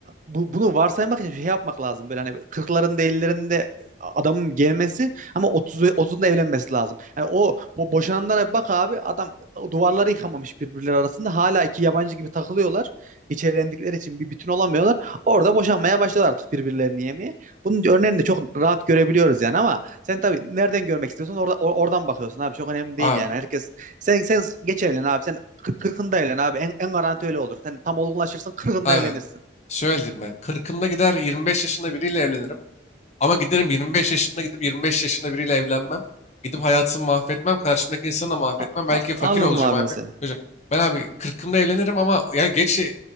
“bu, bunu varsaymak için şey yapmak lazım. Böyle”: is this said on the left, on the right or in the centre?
Right